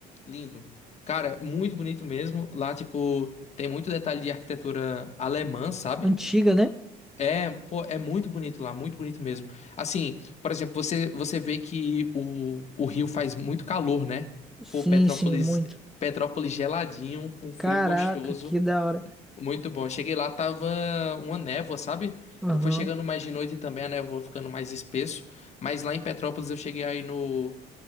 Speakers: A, on the left; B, in the centre.
A: Lindo. Cara, muito bonito mesmo. Lá, tipo, tem muito detalhe de arquitetura alemã, sabe?
B: Antiga, né?
A: É, pô, é muito bonito lá, muito bonito mesmo. Assim, por exemplo, você, você vê que o, o Rio faz muito calor, né?
B: Sim,
A: Pô, Petrópolis,
B: sim, muito.
A: Petrópolis geladinho, com frio
B: Caraca,
A: gostoso.
B: que da hora.
A: Muito bom. Cheguei lá, tava uma névoa, sabe?
B: Aham.
A: Eu fui chegando mais de noite também, a névoa ficando mais espesso. Mas lá em Petrópolis eu cheguei aí no,